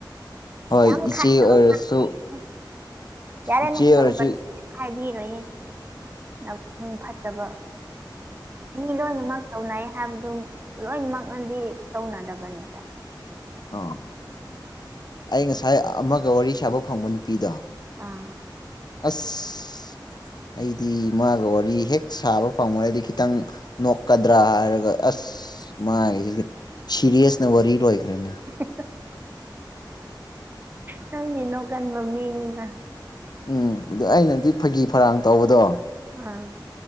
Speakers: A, on the left; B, on the right.
A: ꯍꯣꯏ
B: ꯀꯌꯥꯝ
A: ꯏꯆꯦ ꯑꯣꯏꯔꯁꯨ
B: <unintelligible> ꯌꯥꯔꯦ
A: ꯏꯆꯦ
B: <unintelligible>
A: ꯑꯣꯏꯔꯁꯨ
B: ꯍꯥꯏꯕꯤꯔꯣꯏꯍꯦ <unintelligible> ꯐꯠꯇꯕ ꯃꯤ ꯂꯣꯏꯅꯃꯛ ꯇꯧꯅꯩ ꯍꯥꯏꯕꯗꯨ ꯂꯣꯏꯅꯃꯛꯅꯗꯤ ꯇꯧꯅꯗꯕꯅꯦꯗ
A: ꯑꯥ ꯑꯩ ꯉꯁꯥꯏ ꯑꯃꯒ ꯋꯥꯔꯤ ꯁꯥꯕ ꯐꯪꯕ ꯅꯨꯄꯤꯗꯣ
B: ꯑꯥ
A: ꯑꯁ ꯑꯩꯗꯤ ꯃꯥꯒ ꯋꯥꯔꯤ ꯍꯦꯛ ꯁꯥꯕ ꯐꯪꯉꯗꯤ ꯈꯤꯇꯪ ꯅꯣꯛꯀꯗ꯭ꯔꯥ ꯍꯥꯏꯔꯒ ꯑꯁ ꯃꯥꯒꯤꯁꯤꯗꯤ ꯁꯤꯔꯤꯌꯁꯅ ꯋꯥꯔꯤ ꯂꯣꯏꯈ꯭ꯔꯦꯅꯦ
B: <unintelligible> ꯅꯪꯗꯤ ꯅꯣꯛꯀꯟꯕ ꯃꯤꯅꯤꯅ
A: ꯎꯝ ꯑꯗꯨ ꯑꯩꯅꯗꯤ ꯐꯥꯒꯤ ꯐꯔꯥꯡ ꯇꯧꯕꯗꯣ
B: ꯑꯝ